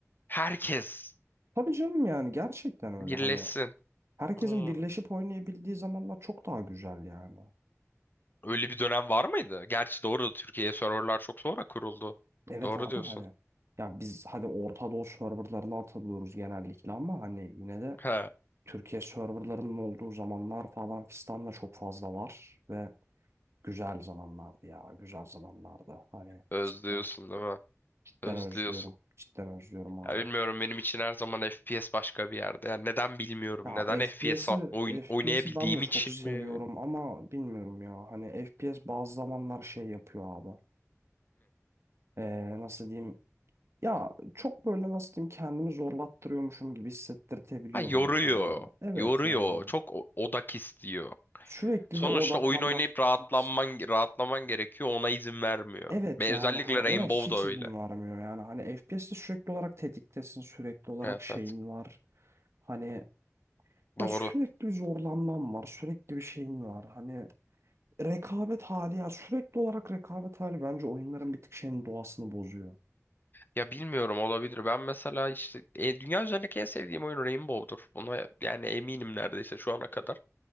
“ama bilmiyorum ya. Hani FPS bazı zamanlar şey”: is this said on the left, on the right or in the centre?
Right